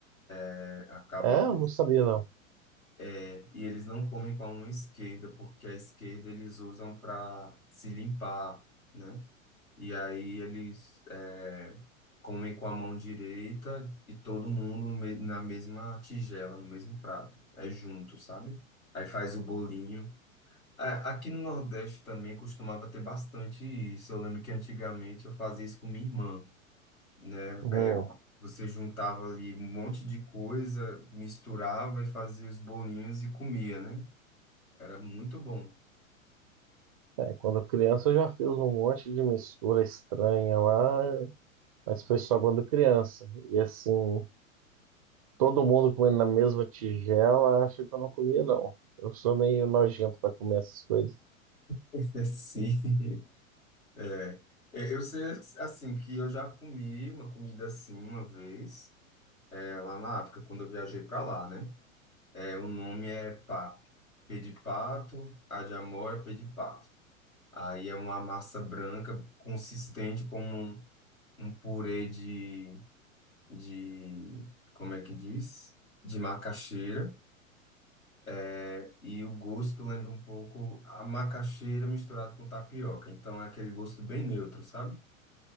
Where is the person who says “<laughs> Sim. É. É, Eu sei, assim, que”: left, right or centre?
Left